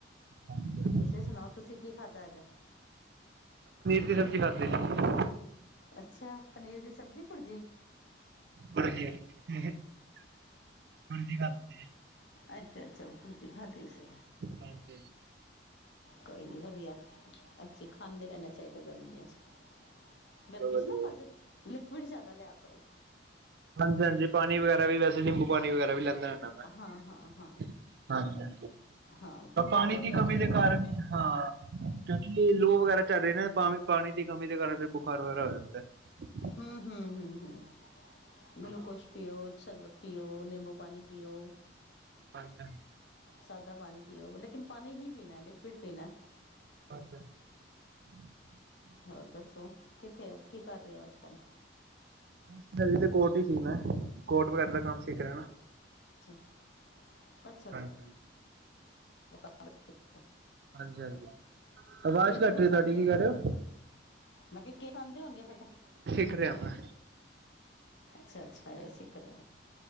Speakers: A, on the right (about 55°); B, on the left (about 70°).
A: ਹਾਂਜੀ ਹਾਂਜੀ
B: ਤੁਸੀਂ ਸੁਣਾਓ ਤੁਸੀਂ ਕੀ ਖਾਧਾ ਅੱਜ
A: ਕੀ ਸਬਜ਼ੀ ਖਾਧੀ ਸੀ।
B: ਅੱਛਾ ਪਨੀਰ ਦੀ ਸਬਜ਼ੀ ਭੁਰਜੀ।
A: ਭੁਰਜੀ -ਭੁਰਜੀ ਖਾਧੀ ਸੀ।
B: ਅੱਛਾ -ਅੱਛਾ ਭੁਰਜੀ ਖਾਦੀ ਸੀ।
A: ਹਾਂਜੀ।
B: ਕੋਈ ਨਹੀਂ ਵਧੀਆ ਅੱਛੀ ਖਾਂਦੇ ਰਹਿਣਾ ਚਾਹੀਦਾ ਗਰਮੀਆਂ ਚ ਗਰਮੀ
A: ਬਹੁਤ ਵਧੀਆ
B: ਚ ਨਾ ਭਾਜੀ ਲਿਕੁਅਡ ਜ਼ਿਆਦਾ ਲਿਆ ਕਰੋ।
A: ਹਾਂਜੀ -ਹਾਂਜੀ ਪਾਣੀ ਵਗੈਰਾ ਵੀ ਵੈਸੇ ਨਿੰਬੂ ਪਾਣੀ ਵਗੈਰਾ ਵੀ ਲੈਂਦਾ। ਹਾਂਜੀ-
B: ਹਾਂ ਹਾਂ ਹਾਂ
A: ਹਾਂਜੀ
B: ਹਾਂ ਕਿਉਂਕਿ
A: ਪਾਣੀ
B: ਕੋਟ
A: ਦੀ
B: ਵਿੱਚ
A: ਕਮੀ
B: ਜਿਸ
A: ਦੇ ਕਾਰਨ ਹੀ ਹਾਂ। ਲੋਹ ਵਗੈਰਾ ਚੱਲ ਰਹੀ ਨੇ ਪਾ ਪਾਣੀ ਦੀ ਕਮੀ ਦੇ ਕਾਰਨ ਫਿਰ ਬੁਖਾਰ ਵਗੈਰਾ ਹੋ ਜਾਂਦਾ।
B: ਹੂੰ, ਹੂੰ, ਹੂੰ, ਹੂੰ। ਗੁਲੂਕੋਸ
A: ਹਾਂ
B: ਪੀਓ ਸ਼ਰਬਤ ਪੀਓ, ਨਿੰਬੂ ਪਾਣੀ ਪੀਓ
A: ਅੱਛਾ।
B: ਸਾਦਾ ਪਾਣੀ ਪੀਓ ਲੇਕਿਨ ਪਾਣੀ ਹੀ ਪੀਣਾ ਲਿਕਵਿਡ ਪੀਣਾ।
A: <inaudible>
B: ਹੋਰ ਦੱਸੋ ਕਿੱਥੇ ਓ ਕੀ ਕਰ ਰਹੇ ਹੋ ਅੱਜ- ਕੱਲ
A: ਬਸ ਨਦੀ ਤੇ ਕੋਟ ਹੀ ਸੀ ਮੈਂ ਕੋਟ ਵਗੈਰਾ ਦਾ ਕੰਮ ਸਿੱਖ ਰਿਹਾ ਨਾ।
B: ਅੱਛਾ। ਅੱਛਾ।
A: ਹਾਂਜੀ ਹਾਂਜੀ
B: <unintelligible>
A: ਹਾਂਜੀ -ਹਾਂਜੀ। ਆਵਾਜ਼
B: ਕੇਸ
A: ਘੱਟ
B: ਕੂਸ
A: ਰਹੀ ਤੁਹਾਡੀ
B: ਆਂਦੇ
A: ਕੀ
B: ਹੋਗੇ
A: ਕਹਿ ਰਹੇ
B: ਫਿਰ,
A: ਹੋ
B: ਮੈਂ ਕਿਹਾ ਕੇਸ ਆਂਦੇ ਹੋਣਗੇ ਫਿਰ।
A: ਟੁਰਿਆ ਆਂਦਾ।
B: ਅੱਛਾ -ਅੱਛਾ ਅਜੇ ਸਿੱਖ ਰਿਹਾਂ,